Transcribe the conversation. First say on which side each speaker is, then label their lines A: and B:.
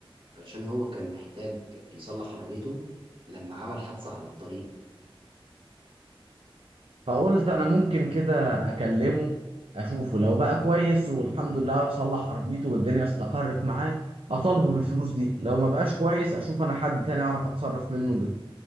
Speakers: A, on the right (about 60°); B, on the right (about 75°).
A: علشان هو كان محتاج يصلح عربيته لما عمل حادثه على الطريق
B: فقلت انا ممكن كده اكلمه اشوفه لو بقى كويس والحمد لله صلح عربيته والدنيا استقرت معاه اطالبه بالفلوس دي لو ما بقاش كويس اشوف انا حد تاني اعرف اتصرف منه